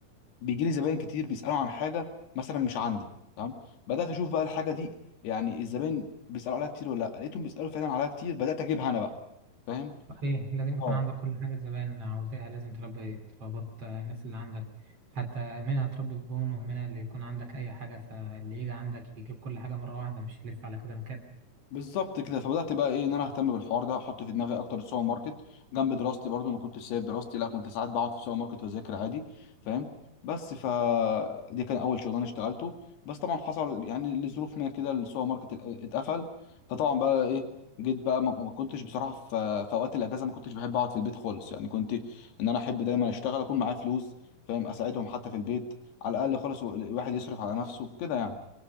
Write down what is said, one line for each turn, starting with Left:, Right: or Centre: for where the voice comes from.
Left: بيجي لي زباين كتير بيسالوا عن حاجه مثلا مش عندي تمام بدات اشوف بقى الحاجه دي يعني الزباين بيسالوا عليها كتير ولا لا لقيتهم بيسالوا فعلا عليها كتير بدات اجيبها انا بقى فاهم
Right: صحيح لازم يكون
Left: اه
Right: عندك كل حاجة الزبائن عاوزاها لازم تربي تربط الناس اللي عندك حتى منها تربي زبون ومنها اللي يكون عندك أي حاجة فاللي يجي عندك يجيب كل حاجة مرة واحدة مش يلف على كذا مكان
Left: بالظبط كده فبدات بقى ايه ان انا اهتم بالحوار ده احط في دماغي اكتر السوبر ماركت جنب دراستي برضو ما كنتش سايب دراستي لا كنت ساعات بقعد في السوبر ماركت واذاكر عادي فاهم بس ف دي كان اول شغلانه اشتغلته بس طبعا حصل يعني لظروف ما كده السوبر ماركت ال- اتقفل فطبعا بقى ايه جيت بقى ما ما كنتش بصراحه في في اوقات الاجازه ما كنتش بحب اقعد في البيت خالص يعني كنت ان انا احب دايما اشتغل اكون معايا فلوس فاهم اساعدهم حتى في البيت على الاقل خالص الواحد يصرف على نفسه كده يعني